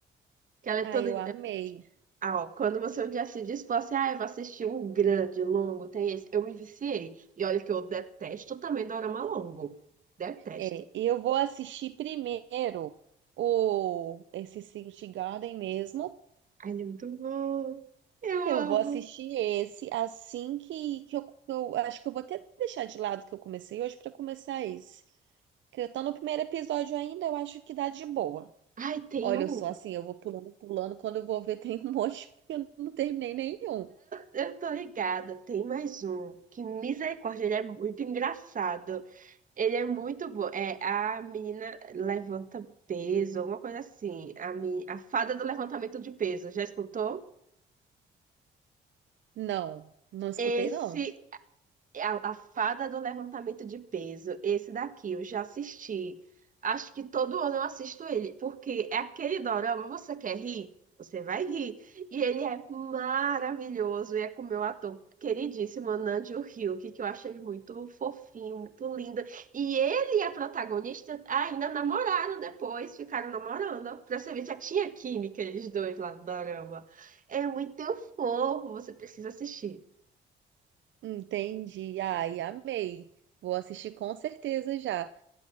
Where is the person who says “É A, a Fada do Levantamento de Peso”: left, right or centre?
Right